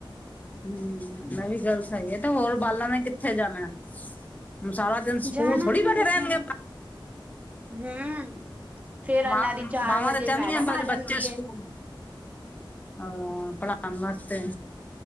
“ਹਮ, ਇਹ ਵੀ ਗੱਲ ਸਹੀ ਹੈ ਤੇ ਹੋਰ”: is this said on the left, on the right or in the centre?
Left